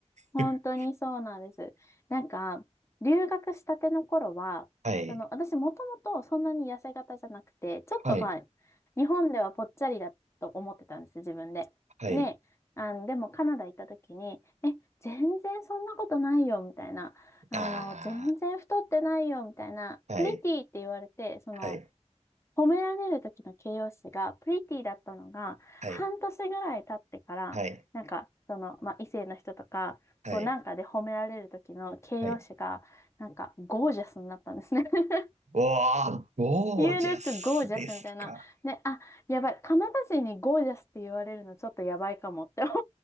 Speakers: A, on the left (about 25°); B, on the right (about 75°).
A: 本当にそうなんです。
B: <laughs>
A: なんか、留学したての頃は、
B: はい、
A: その、私もともとそんなに痩せ型じゃなくて、ちょっとまあ、
B: はい、
A: 日本ではぽっちゃりだと思ってたんです、自分で。
B: はい、
A: で、あの、でもカナダ行った時に、え、全然そんなことないよ、みたいな。あの、
B: あ
A: 全然太ってないよ、みたいな。
B: あ、はい、
A: プリティって言われて、その、
B: はい、
A: 褒められる時の形容詞がプリティだったのが、
B: はい、
A: 半年ぐらい経ってから、
B: はい。
A: なんか、その、まあ、異性の人とか、
B: はい。
A: こうなんかで褒められる時の形容詞が、
B: はい。
A: なんか、ゴージャスになったんですね。<laughs>
B: おー、ゴージャスですか。
A: You look gorgeous みたいな。ね、あ、やばい。カナダ人にゴージャスって言われるのちょっとやばいかもって思っ